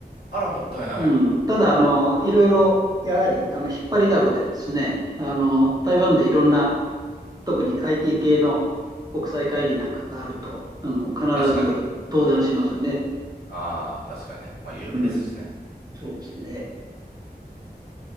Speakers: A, on the left; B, on the right.
A: あら、もったいない。
B: う。うん、ただ、あの、いろいろ、やはり、あの、引っ張りだこでですね、あの、台湾でいろんな、特に IT 系の国際会議なんかがあると、あの、必ず登壇しますね。
A: 確かに。ああ、確かにね。まあ、有名ですしね。
B: うん、そうですね。